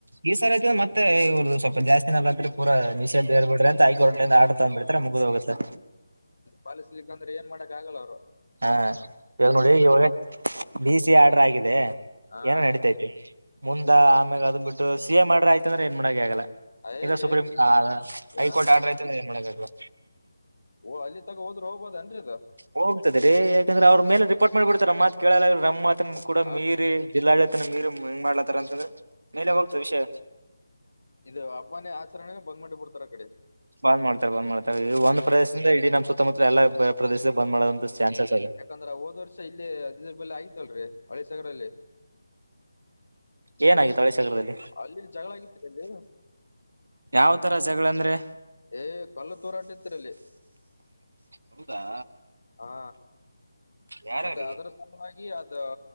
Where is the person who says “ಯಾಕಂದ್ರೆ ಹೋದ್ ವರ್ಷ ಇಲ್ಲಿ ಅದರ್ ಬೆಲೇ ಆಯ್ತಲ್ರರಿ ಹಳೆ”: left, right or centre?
Left